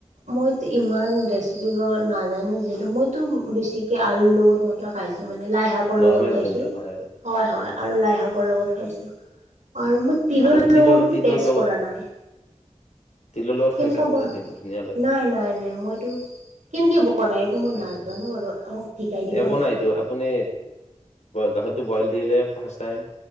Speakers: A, on the right; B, on the left.
A: মইতো ইমান ৰেচিপি নাজানো যিহেতু মইতো বেছিকে আলুৰ লগত মাত্ৰ খাইছো মানে, লাই শাকৰ
B: নৰ্মেল
A: লগত খাইছো,
B: যোনটো হয় আৰু
A: হয়,
B: নৰ্মেল
A: হয় আৰু
B: যোনটো।
A: লাই শাকৰ লগত খাইছো। আৰু
B: উম,
A: মই তিলৰ
B: আপুনি
A: লগতো
B: তিলৰ
A: টেচ
B: লগত
A: কৰা
B: খাই
A: নাই।
B: তিলৰ লগত
A: কেনেকা
B: খাই চাব
A: বা
B: এদিন। ধুনীয়া লাগে
A: নাই, নাই, নাই, মইতো কেনেকে বনাই? এইটো মই
B: খাই
A: নাজানো
B: চাব।
A: বাৰু অ, মোক শিকাই দিব
B: একো
A: নে
B: নাইতো আপুনি গাহৰিটো বইল দিলে, ফাৰ্ষ্ট টাইম